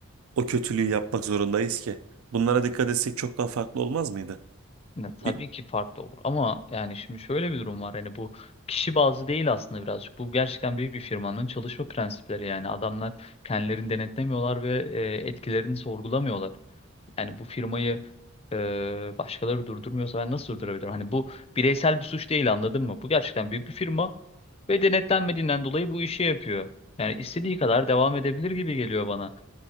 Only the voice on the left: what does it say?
Ya, tabii
ki farklı olur ama yani şimdi şöyle bir durum var hani bu kişi bazlı değil aslında birazcık bu gerçekten büyük bir firmanın çalışma prensipleri yani adamlar kendilerini denetlemiyorlar ve e, etkilerini sorgulamıyorlar. Yani bu firmayı e, başkaları durdurmuyorsa ben nasıl durdurabilirim? Hani bu bireysel bir suç değil anladın mı? Bu gerçekten büyük bir firma ve denetlenmediğinden dolayı bu işi yapıyor. Yani istediği kadar devam edebilir gibi geliyor bana.